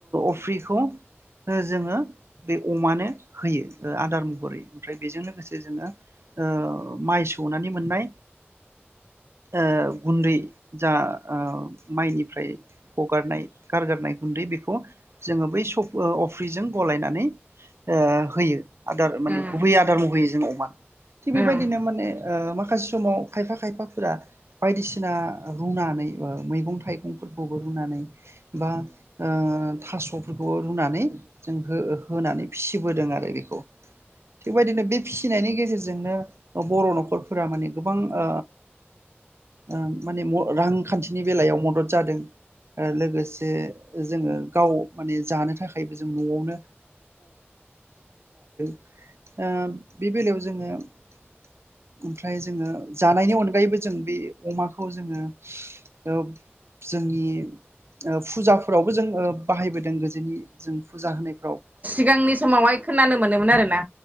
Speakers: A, on the right; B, on the right.
A: अफ्रिखौ ओ जोङो बे अमानो होयो ओ आदार महरै ओमफ्राय बेजों लोगोसे जोङो ओ माइ सौनानै मोननाय ओ गुन्दै जा ओ माइनिफ्राय हगारनाय गारगारनाय गुन्दै बेखौ जोङो बै स ओ अफ्रिजों गलायनानै ओ होयो आदार माने
B: उम
A: गुबै आदार महरै जों अमा थिग बेबायदिनो
B: उम
A: माने ओ माखासे समाव खायफा खायफाफोरा बायदिसिना रुनानै ओ मैगं थाइगंफोरखौबो रुनानै बा ओ थास'फोरखौबो रुनानै जों हो होनानै फिसिबोदों आरो बेखौ थिगबायदिनो बे फिसिनायनि गेजेरजोंनो ओ बर' न'खरफोरा माने गोबां ओ ओ माने रांखान्थिनि बेलायाव मदद जादों ओ लोगोसे जोङो गाव माने जानो थाखायबो जों न'वावनो ओ बे बेलायाव जोङो ओमफ्राय जोङो जानायनि अनगायैबो जों बे अमाखौ जोङो ओ जोंनि ओ फुजाफोरावबो जों ओ बाहायबोदों गोजोननि जों फुजा होनाय
B: सिगांनि समावहाय खोनानो मोनोमोन आरोना